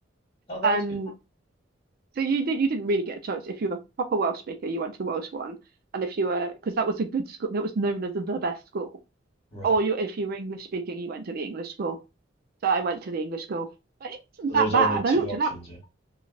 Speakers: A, on the left (about 30°); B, on the right (about 50°).
A: Oh, that
B: And
A: is good.
B: so you did, you didn't really get a choice. If you were a proper Welsh speaker, you went to the Welsh one, and if you were, because that was a good school, that was known as the best school.
A: Right.
B: Or you, if you were English speaking, you went to the English school. So I went to the English school. But it wasn't
A: So
B: that
A: there's
B: bad.
A: only two
B: I looked
A: options,
B: it up.
A: yeah.